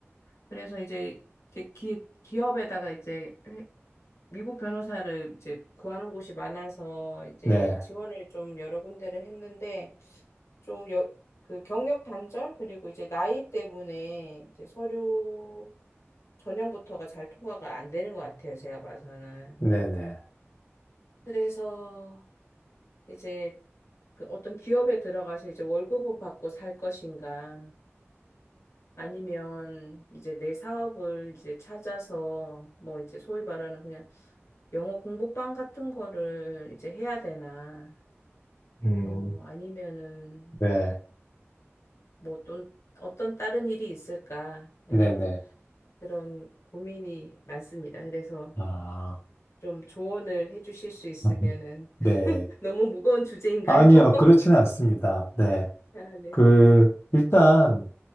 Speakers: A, on the left; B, on the left.
A: 그래서 이제 이제 기, 기업에다가 이제 미국 변호사를 이제 구하는 곳이 많아서 이제
B: 네,
A: 지원을 좀 여러 군데를 했는데 좀 여, 그 경력 단절 그리고 이제 나이 때문에 이제 서류 전형부터가 잘 통과가 안 되는 것 같아요. 제가 봐서는.
B: 네네,
A: 그래서 이제 그 어떤 기업에 들어가서 이제 월급을 받고 살 것인가 아니면 이제 내 사업을 이제 찾아서 뭐 이제 소위 말하는 그냥 영어 공부방 같은 거를 이제 해야 되나.
B: 음,
A: 뭐 아니면은
B: 네,
A: 뭐 또 어떤 다른 일이 있을까? 그냥
B: 네네,
A: 그런 고민이 많습니다. 그래서
B: 아,
A: 좀 조언을 해주실 수 있으면은
B: <laughs>
A: <laughs>
B: 네,
A: 너무 무거운 주제인가요?
B: 아니요,
A: <laughs>
B: 그렇지는 않습니다. 네,
A: 아, 네.
B: 그, 일단,